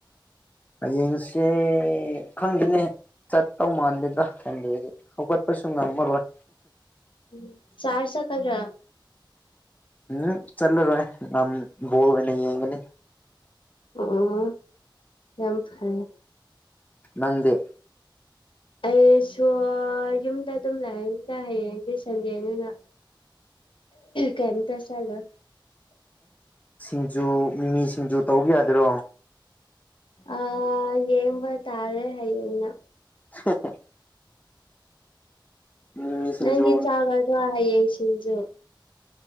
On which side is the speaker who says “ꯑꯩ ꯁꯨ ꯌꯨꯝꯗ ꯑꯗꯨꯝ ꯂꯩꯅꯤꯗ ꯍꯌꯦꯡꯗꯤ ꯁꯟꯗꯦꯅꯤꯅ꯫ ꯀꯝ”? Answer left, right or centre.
Left